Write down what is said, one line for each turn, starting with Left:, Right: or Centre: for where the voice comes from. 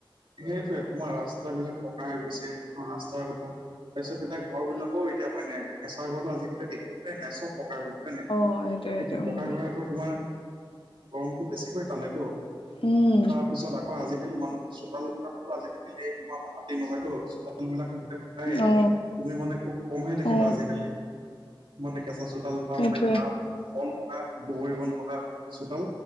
Right: সেইটোৱে তোমাৰ ৰাস্তাবিলাক পকা হৈ গৈছে ৰাস্তাৰ কথা তাৰপিছত তেতিয়া ঘৰ বিলাকো এতিয়া হয় নাই কেঁচাৰ ঘৰটো আজিকালি দেখিব হয় নাই চব পকা ঘৰ হয় নাই
Left: অ সেইটোৱে সেইটোৱে
Right: এতিয়া
Left: উম
Right: পকা ঘৰটোৰ তোমাৰ গৰমটো বেছিকৈ টানেতো
Left: উম
Right: তাৰপিছত আকৌ আজিকালি মানুহ চোতাল বিলাকতো আজিকালি তোমাৰ মাতি নহয়তো চোতাল বিলাকো গোটেই প কাই
Left: অ
Right: তুমি মানে খুব কমহে দেখিবা
Left: অ
Right: আজিকালি মানে কেঁচা চোতাল <unintelligible>
Left: সেইটোৱে
Right: বন থকা দুবৰি বন থকা চোতাল